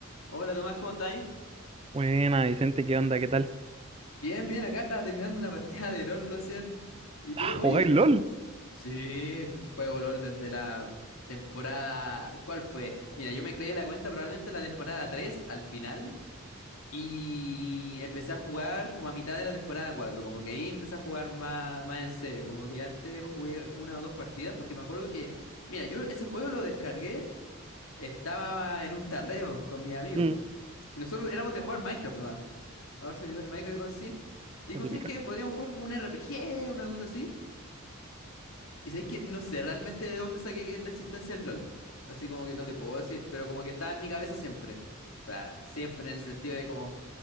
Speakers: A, on the left; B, on the right.
A: Hola Tomás, ¿cómo estás?
B: Buena, Vicente, ¿qué onda? ¿Qué tal?
A: Bien, bien, acá estaba terminando una partida de LOL recién. ¿Y tú?
B: Ah,
A: Oye,
B: ¿jugáis LOL?
A: eh, sí, juego LOL desde la temporada... ¿Cuál fue? Mira, yo me creé la cuenta probablemente en la temporada 3, al final y empecé a jugar como a mitad de la temporada 4, como que ahí empecé a jugar más, más en serio, como que antes jugué una o dos partidas porque me acuerdo que, mira, yo ese juego lo descargué, estaba en un tarreo con mis amigos.
B: Mm,
A: Y nosotros éramos de jugar Minecraft nomás. A ver servidores de Minecraft y cosas así. Y digo,
B: La típica.
A: ¿sabes qué? Podríamos jugar como un RPG, una cosa así. Y sabes que no sé realmente de dónde saqué que la existencia del LOL. Así como que no te puedo decir, pero como que estaba en mi cabeza siempre. O sea, siempre en el sentido de como,